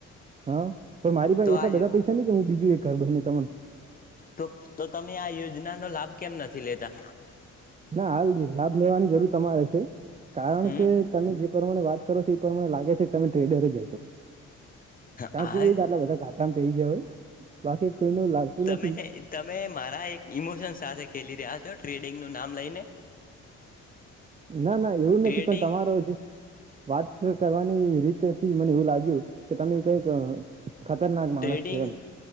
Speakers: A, on the right (about 25°); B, on the left (about 30°).
A: હા પણ મારી ભાઈ
B: તો
A: એટલા
B: આ
A: બધા પૈસા નહી કે હું બીજું એક ઘર બનાઈ કાડુ
B: તો તો તમે આ યોજનાનો લાભ કેમ નથી લેતા
A: ના હાલ જ લાભ લેવાની જરૂર તમારે છે. કારણ
B: હમ
A: કે તમે જે પ્રમાણે વાત કરો છો એ પ્રમાણે લાગે છે કે તમે ટ્રેડર જ કારણ
B: આ
A: કે એ જ આટલા બધા ઘાટામાં પેહી જયા હોય બાકી કોઈનુ લાગતું
B: તમે
A: નથી
B: તમે મારા એક ઇમોશન સાથે ખેલી રહ્યા છો ટ્રેડિંગનું નામ લઈને
A: ના ના એવું
B: ટ્રેડિંગ
A: નથી પણ તમારો જે વાત કરવાની રીતથી મને એવું લાગ્યું કે તમે કઈક ખતરનાક
B: ટ્રેડિંગ
A: માણસ છો એમ